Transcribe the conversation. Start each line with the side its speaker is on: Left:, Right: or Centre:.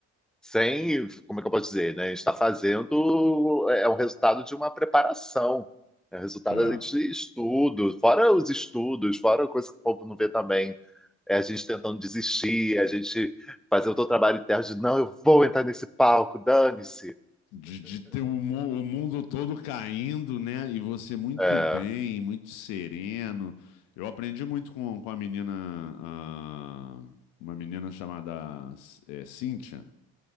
Centre: sem, como é que eu posso dizer, né? A gente está fazendo, é um resultado de uma preparação, é um resultado
Left: É.
Centre: a gente de estudo, fora os estudos, fora a coisa que o povo não vê também, é a gente tentando desistir, a gente fazer o teu trabalho interno de, não, eu vou entrar nesse palco, dane-se.
Left: De, de ter o, mu- o mundo todo caindo, né? E você muito
Centre: É,
Left: bem, muito sereno. Eu aprendi muito com, com a menina, ah, uma menina chamada eh, Cíntia.